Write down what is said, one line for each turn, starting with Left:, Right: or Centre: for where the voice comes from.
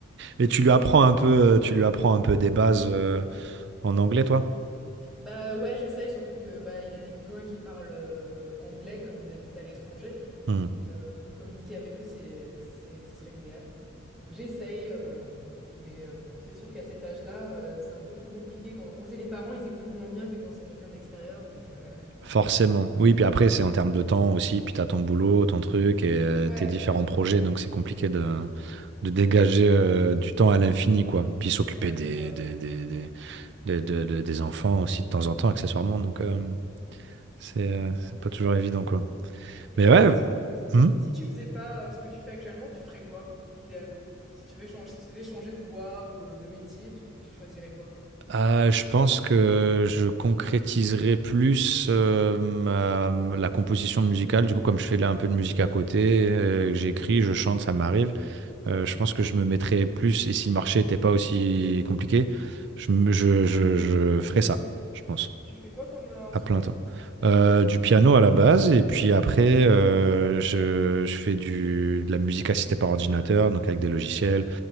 Right: Mais tu lui apprends un peu, euh, tu lui apprends un peu des bases, euh, en anglais, toi?
Centre: Bah ouais, j'essaye, surtout que bah, il a des cousins qui parlent euh, anglais comme ils habitent à l'étranger.
Right: Hmm.
Centre: Donc euh, pour communiquer avec eux, c'est, c'est, ce serait l'idéal. Donc j'essaye, euh, mais euh, bon, c'est sûr qu'à cet âge-là, euh, c'est un peu plus compliqué. Quand, quand c'est les parents, ils écoutent moins bien que quand c'est quelqu'un d'extérieur. Donc euh,
Right: Forcément. Oui, puis après, c'est en termes de temps aussi, puis t'as ton boulot, ton truc et euh,
Centre: Ouais,
Right: tes différents projets, donc c'est compliqué de, de dégager euh, du temps à l'infini, quoi. Puis s'occuper
Centre: ouais,
Right: des,
Centre: c'est ça.
Right: des, des, des, des- de- de- des enfants aussi de temps en temps, accessoirement, donc euh, c'est euh, c'est pas
Centre: Et
Right: toujours
Centre: ouais,
Right: évident,
Centre: c'est...
Right: quoi.
Centre: Et
Right: Mais ouais,
Centre: euh, si,
Right: hmm.
Centre: si tu faisais pas euh, ce que tu fais actuellement, tu ferais quoi, idéalement? Si tu devais changer, si tu devais changer de voie ou euh, de métier, tu, tu choisirais quoi?
Right: Euh, je pense que je concrétiserai plus euh, ma- la composition musicale, du coup, comme je fais là un peu de musique à côté, euh, que j'écris, je chante, ça m'arrive. Euh, je pense que je me mettrais plus, et si le marché n'était pas aussi compliqué, je, me- je, je, je ferais ça, je pense,
Centre: Tu fais quoi comme euh, instrument?
Right: à plein temps. Euh, du piano à la base, et puis après, euh, je, je fais du, de la musique assistée par ordinateur, donc avec des logiciels,